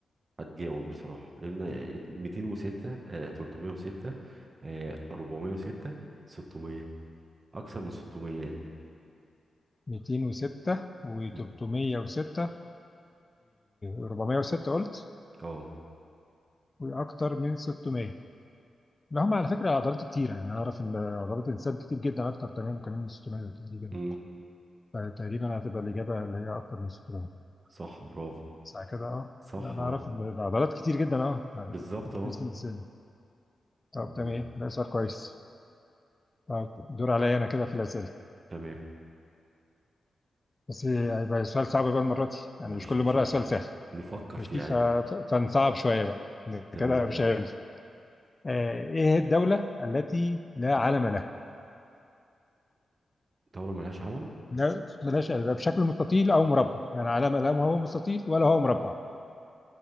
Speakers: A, on the right (about 40°); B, on the left (about 25°).
A: هتجاوب بصراحة لان ات- 206 آه 306 آه 406 600 اكثر من 600
B: 206 و306
A: يعني
B: و406 قلت
A: اه
B: واكتر من 600 لا هم على فكره عضلات كتير يعني انا اعرف ان عضلات الانسان كتير جدا اكتر تمام كمان من 600 تقريبا
A: امم
B: فتقريبا هتبقى الاجابه اللي هي اكتر من 600
A: صح برافو
B: ساعه كده اه
A: صح
B: لا انا
A: اه
B: اعرف ان العضلات كتير جدا اه عضلات
A: بالظبط
B: بالنسبه
A: اه
B: للانسان طب
A: مم.
B: تمام ده سؤال كويس طب دور عليا انا كده في الاسئله
A: تمام
B: بس هيبقى سؤال صعب بقى المره دي يعني
A: مفيش
B: مش كل مره
A: مشاكل
B: سؤال سهل
A: نفكر
B: ماشي
A: فيه
B: ف-
A: عادي
B: ف- فنصعب شوية بقى إذا كده
A: تمام
B: مش هيمسك آه، إيه هي الدولة التي لا علم لها؟
A: دولة ملهاش علم
B: لا بلاش لا بشكل مستطيل أو مربع يعني علم لا هو مستطيل ولا هو مربع